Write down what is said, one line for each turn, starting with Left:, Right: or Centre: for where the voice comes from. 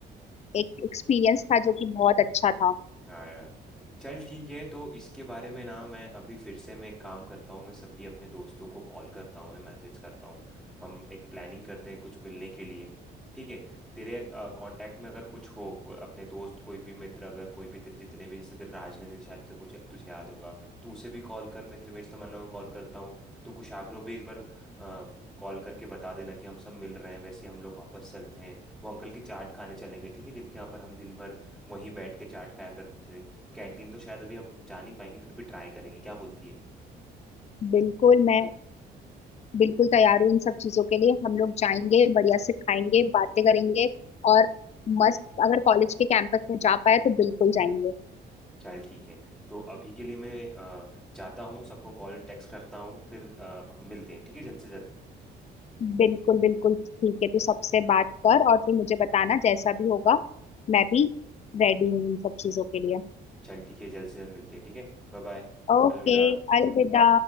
Left: एक एक्सपीरियंस था जो कि बहुत अच्छा था
Centre: हाँ यार चल ठीक है तो इसके बारे में ना मैं अभी फिर से मैं एक काम करता हूँ मैं सभी अपने दोस्तों को कॉल करता हूँ उन्हें मैसेज करता हूँ हम एक प्लानिंग करते हैं कुछ मिलने के लिए ठीक है तेरे कांटेक्ट में अगर कुछ हो को, अपने दोस्त कोई भी मित्र अगर कोई भी तेरे जितने भी जैसे तेरे राजनंदिनी शायद तो कुछ तुझे याद होगा तो उसे भी कॉल कर मैं त्रिमेश तमन्ना को कॉल करता हूँ तो कुशाग्रो भी एक बार कॉल करके बता देना कि हम सब मिल रहे हैं वैसे हम लोग वापस चलते हैं वो अंकल की चाट खाने चलेंगे ठीक है जिनके यहाँ पर हम दिन भर वहीं बैठ के चाट खाया करते थे कैंटीन तो शायद अभी हम जा नहीं पाएंगे फिर भी ट्राई करेंगे क्या बोलती है
Left: बिल्कुल मैं बिल्कुल तैयार हूँ इन सब चीजों के लिए हम लोग जाएंगे बढ़िया से खाएंगे बातें करेंगे और मस्त अगर कॉलेज के कैंपस में जा पाए तो बिल्कुल जाएंगे
Centre: चल ठीक है तो अभी के लिए मैं अ, जाता हूँ सबको कॉल टेक्स्ट करता हूँ फिर अ, मिलते हैं ठीक है जल्द से जल्द
Left: बिल्कुल बिल्कुल ठीक है तू सबसे बात कर और फिर मुझे बताना जैसा भी होगा मैं भी रेडी हूँ इन सब चीजों के लिए
Centre: चल ठीक है जल्द से जल्द मिलते हैं ठीक है बाय बाय
Left: ओके
Centre: अलविदा
Left: अलविदा